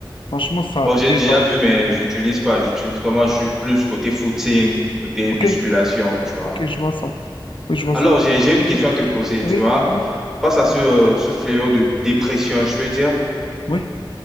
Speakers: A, on the left (about 75°); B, in the centre.
A: franchement, ça
B: Bon, j'ai
A: détend.
B: déjà vu, mais j'utilise pas, j'utilise pas. Moi, je suis plus côté footing, côté
A: OK,
B: musculation, tu vois.
A: OK, je vois ça. Oui, je vois
B: Alors,
A: ça.
B: j'ai, j'ai une question à te poser,
A: Oui,
B: tu vois.
A: oui,
B: Face à ce, euh, ce fléau de dépression, je veux dire.
A: oui.